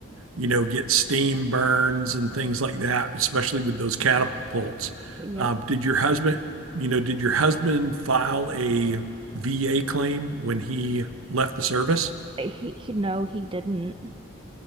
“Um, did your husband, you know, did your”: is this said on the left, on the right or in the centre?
Right